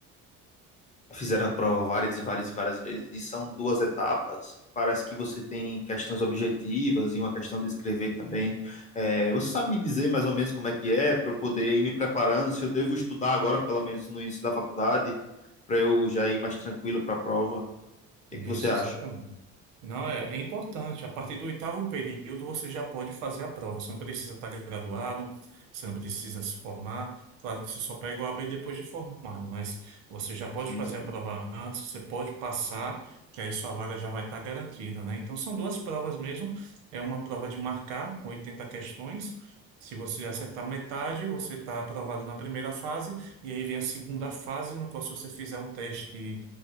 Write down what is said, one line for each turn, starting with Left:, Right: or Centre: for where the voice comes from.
Left: Fizeram a prova várias e várias e várias vezes, e são duas etapas. Parece que você tem questões objetivas e uma questão de escrever também. É, você sabe me dizer mais ou menos como é que é, para eu poder ir me preparando, se eu devo estudar agora, pelo menos no início da faculdade, para eu já ir mais tranquilo para a prova? O que
Right: Isso,
Left: é que você acha?
Right: exatamente. Não, é, é importante. A partir do oitavo período, você já pode fazer a prova. Você não precisa estar graduado, você não precisa se formar. Claro que você só pega o AB depois de formado, mas você já pode
Left: Sim,
Right: fazer
Left: sim.
Right: a prova antes, você pode passar, que aí sua vaga já vai estar garantida, né? Então, são duas provas mesmo. É uma prova de marcar, com 80 questões. Se você acertar metade, você está aprovado na primeira fase, e aí vem a segunda fase, no qual, se você fizer um teste